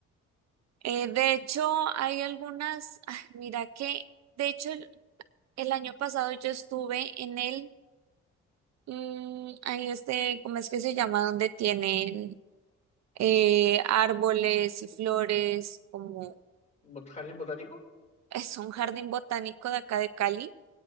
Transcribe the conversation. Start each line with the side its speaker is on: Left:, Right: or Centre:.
Right: Eh, de hecho, hay algunas, ah, mira que, de hecho, el, el año pasado yo estuve en el, mm, ahí este, ¿cómo es que se llama? Donde tienen eh, árboles y flores, como
Left: ¿Bot- ¿Jardín botánico?
Right: es un jardín botánico de acá de Cali